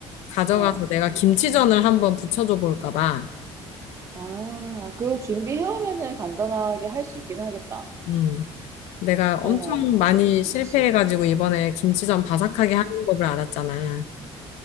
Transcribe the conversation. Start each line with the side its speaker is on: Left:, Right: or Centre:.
Left: 가져가서
Right: 어.
Left: 내가 김치전을 한번 부쳐줘 볼까 봐.
Right: 아, 그거 준비해오면은 간단하게 할 수 있긴 하겠다.
Left: 음. 내가
Right: 어,
Left: 엄청 많이
Right: 좋, 좋지.
Left: 실패해가지고 이번에 김치전 바삭하게 하는 법을 알았잖아.